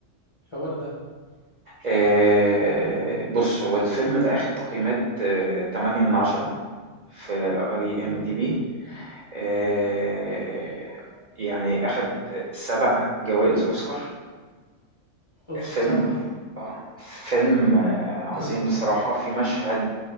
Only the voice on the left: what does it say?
حوار ده
اه
اوف
سبعة
اه